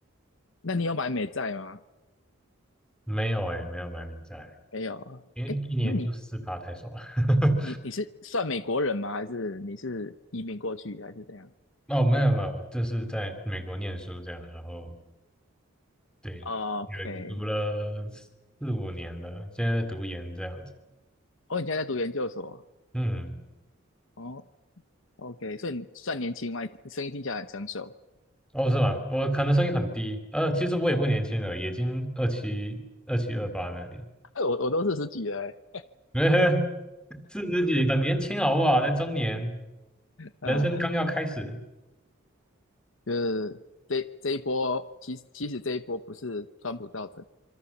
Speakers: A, on the left; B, in the centre.
A: 那你有买美债吗？
B: 没有哎、没有买美债，
A: 没有啊。
B: 因为一年就四趴太少了。
A: 诶，那你
B: <laughs>
A: 你你是算美国人吗？还是你是移民过去还是怎样
B: 哦，没有没有，这是在美国念书这样，然后对，
A: ？OK，
B: 有读了四五年了，现在读研这样子。
A: 哦，你现在在读研究所，
B: 嗯，
A: 哦，OK，所以你算年轻嘛，你声音听起来很成熟。
B: 哦是吧？我可能声音很低，呃，其实我也不年轻了，已经二七二七二八那里，
A: <laughs> 哎，我我都四十几了欸，
B: <laughs> 四十几，很年轻好不好？在中年，
A: <laughs> 啊、
B: 人生刚要开始。
A: 就是这这一波，其实其实这一波不是川普造成